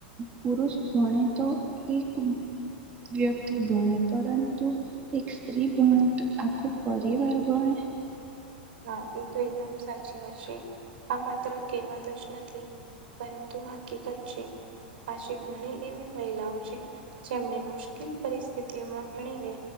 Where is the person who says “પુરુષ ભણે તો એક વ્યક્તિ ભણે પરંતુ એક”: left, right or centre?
Right